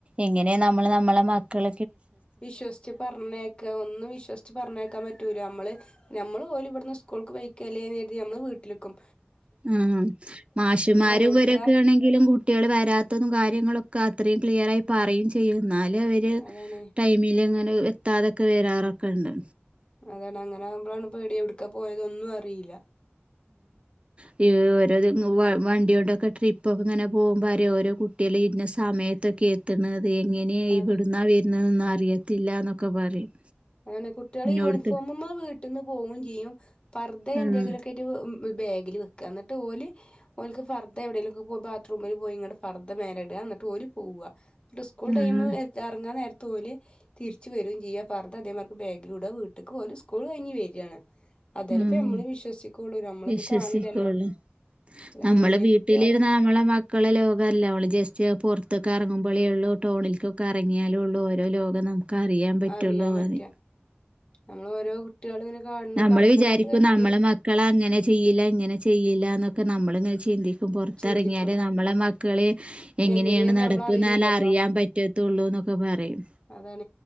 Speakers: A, on the right; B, on the left.
A: എങ്ങനെ നമ്മള് നമ്മളെ മക്കൾ
B: വിശ്വസിച്ച് പറഞ്ഞേക്ക ഒന്നും വിശ്വസിച്ച് പറഞ്ഞേക്കാൻ പറ്റൂല നമ്മള് നമ്മള് ഓല ഇവിടു സ്കൂൾക്ക് വൈക്ക അല്ലേ കെർത്തി ഞമ്മൾ വീട്ടിലെക്കും
A: ആ മാഷിമാരും
B: എവിടക്കാ
A: വരൊക്കെ ആണെങ്കിലും കുട്ടികൾ വരാത്തതും കാര്യങ്ങളൊക്കെ അത്രയും ക്ലിയറായി പറയും ചെയ്യുന്നാൽ അവര്
B: അതാണ്
A: ടൈമിൽ അങ്ങനെ എത്താതൊക്കെ വരാറൊക്കെ ഉണ്ട്
B: അതാണ് അങ്ങനെ ആകുമ്പോഴാണ് പേടി എവിടക്കാ പോയത ഒന്നും അറിയില്ല
A: ഉ ഓരോ വണ്ടിയോണ്ടൊക്കെ ട്രിപ്പൊക്കെ ഇങ്ങനെ പോകുമ്പോ ആരേ ഓരോട്ട കുട്ടികള് ഇന്നെ സമയത്തൊക്കെ എത്തുന്നത് അത എങ്ങനെയാണ്
B: അതെ
A: ഇവിടുന്നാ വരുന്നതൊന്നും അറിയത്തില്ല എന്നൊക്കെ പറയും
B: അങ്ങനെ കുട്ടികള്
A: ഇന്നോടത്ത്
B: യൂണിഫോമ്മ്മേ വീട്ടിൽന്ന് പോകും ചെയ്യും പർധെ എന്തെങ്കിലുമൊക്കെ
A: ആഹ്
B: ആയിട്ട് ബാഗിൽ വെക്കുക എന്നിട്ട് ഓലല്ഓക്ക് ഫർദ എവിടെെങ്കിലുംക്കെ പോ ബാത്റൂമിൽ പോയി ഇങ്ങട്ട് ഫർദ്ദ മേല ഇടുക എന്നിട്ട് ഓല പോ എന്ന സ്കൂൾ ടൈ
A: ആഹ്
B: ഇറങ്ങാൻ നേര ഓലെ തിരിച്ച വര ചെയ്യ പറ അതേമാർക്ക് ബാഗിലൂടെ വീട്ടക്ക് പോലും സ്കൂൾ കഴിഞ് വരികയാണ് അതേല
A: ആഹ്
B: ഇപ്പ നമ്മും വിശ്വസിക്കുള്ളു നമ്മള
A: വിശ്വസിക്കുള്ളൂ
B: ഇത് കാണില്ലല്ലോ അതാണ്
A: നമ്മള്
B: വലിയ
A: വീട്ടിലിരുുന്ന
B: കുട്ടികള്
A: നമ്മളെ മക്കളെ ലോകമ അല്ല നമ്മള് ജസ്റ്റ് പുൊറത്തൊക്കെ ഇറങ്ങുമ്പോ മപളെ ഉള്ള ടൗണിലക്കൊക്കെ ഇറങ്ങിയാലും ഉള്ളൂ ഓരോ ലോകം നമുക്ക് അറിയാൻ പറ്റുള്ളു
B: അറിയാൻ പറ്റുക
A: മതി
B: നമ്മൾ ഓരോ കുട്ടികൾ ഇങ്ങനെ കാണ്
A: നമ്മള്
B: കാട്ടണ
A: വിചാരിക്കും
B: കണ്ട് കഴിഞ്ഞാല്
A: നമ്മളെ മക്കള അങ്ങനെ ചെയ്യില്ല ഇങ്ങനെ ചെയ്യില്ല എന്നൊക്കെ ക്ക നമ്മള് ച്ചി ചിന്തിക്കും പുറത്തിറങ്ങിയാല്
B: ചിന്തിക്കും
A: നമ്മളെ മക്കള് എങ്ങനെയാണ്
B: എങ്ങനെയാന്ന്
A: നടപ്പ
B: നമ്മൾ അറിയണില്ലല്ലോ
A: എന്നാല അറിയാൻ പറ്റത്ത ള്ളൂ എന്നൊക്കെ പറയും
B: അതാണ